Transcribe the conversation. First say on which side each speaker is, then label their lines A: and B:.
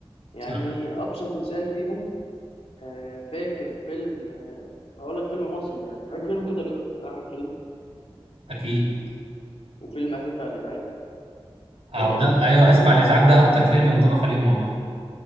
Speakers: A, on the left (about 80°); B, on the right (about 80°).
A: يعني
B: صح
A: ابسط مثال فيهم آه، فاكر فيلم آه، اقول لك فيلم مصري يعني فاكر فيلم كده رضا بتاع احمد حلمي
B: اكيد
A: وفيلم اسف على الازعاج
B: اهو
A: فاكر
B: ده
A: الفيلمين
B: ايوه اسف
A: دول
B: على الازعاج
A: كان
B: ده اكتر فيلم ينطبق عليه الموضوع ده